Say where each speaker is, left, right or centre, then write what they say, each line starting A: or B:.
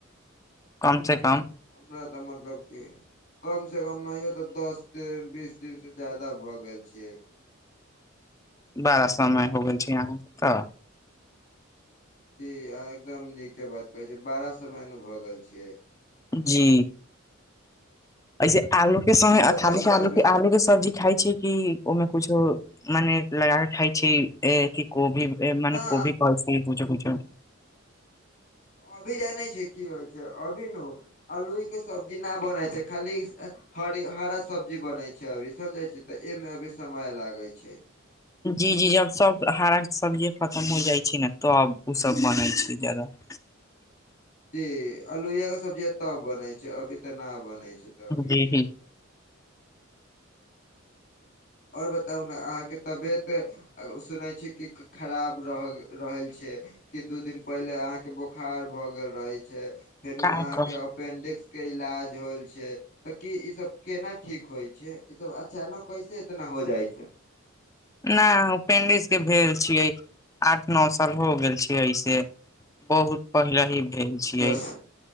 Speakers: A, on the left; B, on the left.
A: कम से कम
B: हमरा तऽ मतलब के कम से कम नहियो तऽ दस दिन बीस दिन से ज्यादा भऽ गेल छियै।
A: बारा समय हो गेल छै अहाँके तऽ
B: जी अहाॅं एकदम नीके बात कहे छीयै बारा समय नु भए गेल छियै।
A: जी ऐसे आलू के समय
B: आओर
A: अथाली
B: बताउ
A: के
B: ने
A: आलू
B: तब
A: के आलू के सब्जी खाइ छीयै कि ओमे कुछो मने लगा के खाय छै की कोबी मने
B: न
A: कोबी कहेसे कुछों कुछो
B: अभी जानै छै की होइ छै अभी नु आलूइ के सब्जी ना बनै छै खाली हरी हरा स सब्जी बनय छै अभी समझे छी तऽ ए में अभी समय लागै छै।
A: जी जी जब सब हरा सब्जी खतम हो जाइ छै ना तब ऊ सब बनै छै जादा <inaudible>
B: जी अलोहिया के सब्जीया तब बनै छै अभी तऽ ना बनै छै तऽ अभी
A: जी
B: की
A: जी
B: बताउ आओर बताउ न, अहाँके तबियत। आ ओ सुनै छी कि, खराब रहल रहैल छै। कि दू दिन पहिले अहाँके बोखार भऽ गेल रहे छै, फेनु
A: का
B: अहाँके।
A: कहु
B: पेंडिक्स के इलाज होल छै। तऽ की ई सब केना ठीक होइ छै, इसभ अचानक कैसे इतना हो जाइ छै।
A: ना ओ पेंडिक्स के भेल छियै, आठ-नओ साल हो गेल छैै, एहि से। बहुत पहिलही भेल छीयै,
B: अच्छा से-